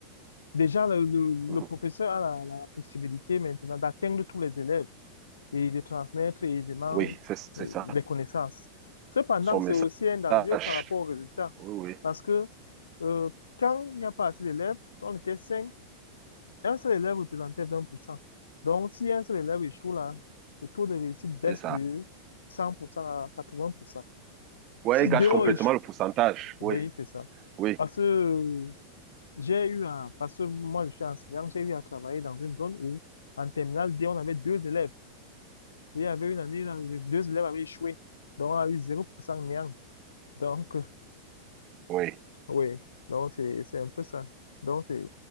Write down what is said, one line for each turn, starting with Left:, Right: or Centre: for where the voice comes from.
Left: déjà le, le,
Right: Mhm.
Left: le professeur a la, la possibilité maintenant d'atteindre tous les élèves et de transmettre aisément
Right: Oui, c'est c'est
Left: euh,
Right: ça.
Left: les connaissances. Cependant,
Right: Son message.
Left: c'est aussi un danger par rapport aux résultats
Right: Oui, oui,
Left: parce que euh, quand il n'y a pas assez d'élèves, on était cinq, un seul élève représentait 20%. Donc, si un seul élève échoue là, le taux de réussite baisse
Right: c'est ça.
Left: de 100% à 80%.
Right: Oui,
Left: Si
Right: il gâche
Left: deux
Right: complètement
Left: ont échoué,
Right: le pourcentage.
Left: oui,
Right: Oui,
Left: c'est ça.
Right: oui,
Left: Parce que euh, j'ai eu un, parce que moi je suis enseignant, j'ai eu à travailler dans une zone où, en terminale D, on avait deux élèves. Et il y avait une année, là, les deux élèves avaient échoué. Donc, on a eu 0% néant. Donc, <laughs> euh,
Right: oui.
Left: oui. Donc, c'est, c'est un peu ça. Donc, c'est,